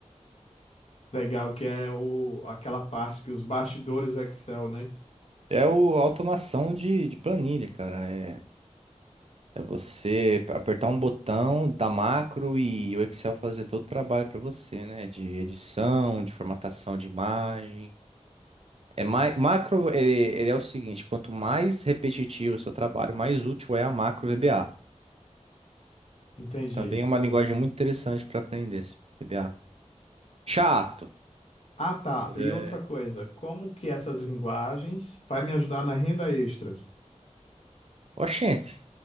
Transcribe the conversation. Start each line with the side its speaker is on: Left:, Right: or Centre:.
Left: Legal, que é o, aquela parte que os bastidores do Excel, né?
Right: É o a automação de, de planilha, cara. É, É você apertar um botão da macro e o Excel fazer todo o trabalho para você, né? De edição, de formatação de imagem. É mais, macro, ele, ele é o seguinte, quanto mais repetitivo o seu trabalho, mais útil é a macro VBA.
Left: Entendi.
Right: Também é uma linguagem muito interessante para aprender, esse VBA. Chato,
Left: Ah, tá.
Right: mas
Left: E
Right: é...
Left: outra coisa, como que essas linguagens vai me ajudar na renda extra?
Right: Oxente,